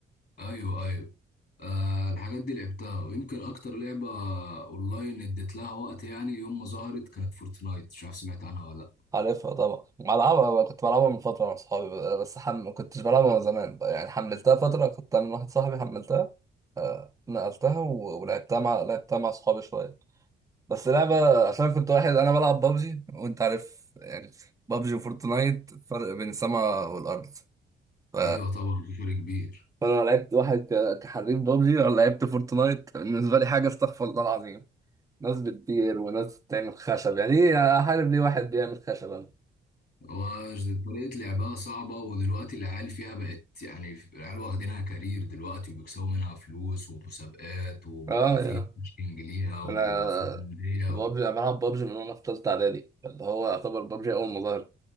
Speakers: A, on the left; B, on the right.
A: ايوه ايوه آه الحاجات دي لعبتها ويمكن اكتر لعبه اونلاين اديت لها وقت يعني يوم ما ظهرت كانت فورتنايت مش عارف سمعت عنها ولا
B: عارفها طبعا بلعبها بقى كنت بلعبها من فترة مع صحابي بقى، بس حم... ما كنتش بلعبها من زمان بقى. يعني حملتها فترة كنت من واحد صاحبي حملتها نقلتها و... ولعبتها مع لعبتها مع صحابي شوية بس لعبة عشان كنت واحد أنا بلعب بابجي وأنت عارف يعني بابجي وفورتنايت فرق بين السماء والأرض ف...
A: لا ايوه طبعا في فرق كبير
B: فأنا لعبت واحد ك... كحريف بابجي وأنا لعبت فورتنايت بالنسبة لي حاجة استغفر الله العظيم ناس بتطير وناس بتعمل خشب يعني إيه أحارب ليه واحد بيعمل خشب أنا؟
A: وطريقة لعبها صعبة ودلوقتي العيال فيها بقت يعني العيال واخدينها كارير دلوقتي وبيكسبوا منها فلوس ومسابقات وبقى
B: اه
A: في
B: يعني.
A: كوتشنج ليها وبقى
B: انا
A: في أندية
B: بابجي
A: و...
B: انا بلعب بابجي من وانا في ثالثه اعدادي اللي هو يعتبر بابجي اول ما ظهرت